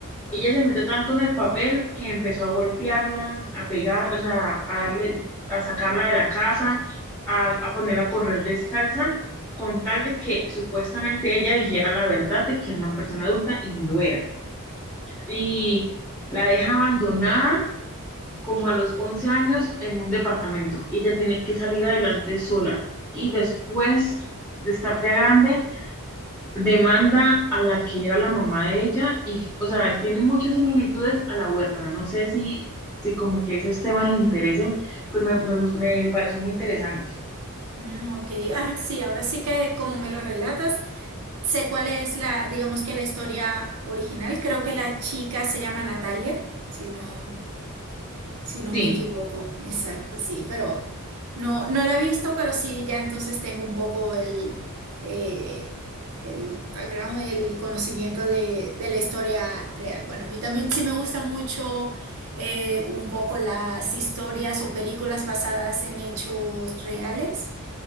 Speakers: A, in the centre; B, on the right.
A: Ella se metió tanto en el papel que empezó a golpearla, a pegar, o sea, a darle, a sacarla de la casa, a, a ponerla a correr descalza, con tal de que supuestamente ella dijera la verdad de que era una persona adulta y no lo era. Y la deja abandonada como a los 11 años en un departamento. Y ella tiene que salir adelante sola. Y después de estar ya grande, demanda a la que era la mamá de ella. Y, o sea, tiene muchas similitudes a la huérfana. No sé si, si como que esos temas le interesan, pero me, me, gus- me parece muy interesante.
B: Mm, ok, ah, sí, ahora sí que como me lo relatas, Sé cuál es la, digamos que la historia original. Creo que la chica se llama Natalia, si no, si no
A: Sí,
B: me equivoco. Exacto, sí, pero no, no la he visto, pero sí, ya entonces tengo un poco el, eh, el background, el conocimiento de, de la historia real. Bueno, a mí también sí me gusta mucho eh, un poco las historias o películas basadas en hechos reales.